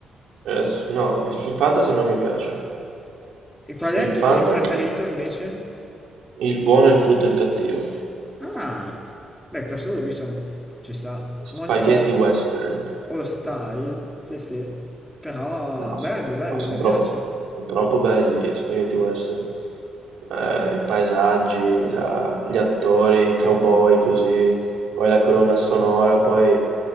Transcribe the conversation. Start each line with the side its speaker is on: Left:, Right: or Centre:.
Right: Eh, s- no, il il fantasy non mi piace.
Centre: E qual
Right: Il
Centre: è il
Right: fantasy,
Centre: tuo film preferito, invece?
Right: il buono, il brutto e il cattivo.
Centre: Ah, beh, questo l'ho visto, ci sta,
Right: Spaghetti
Centre: molto
Right: western.
Centre: old style, sì sì, però
Right: No,
Centre: bello,
Right: s-
Centre: bello,
Right: no, sono
Centre: mi
Right: troppo,
Centre: piace.
Right: son troppo belli gli spaghetti western. eh, i paesaggi, la- gli attori, i cowboy così, poi la colonna sonora, poi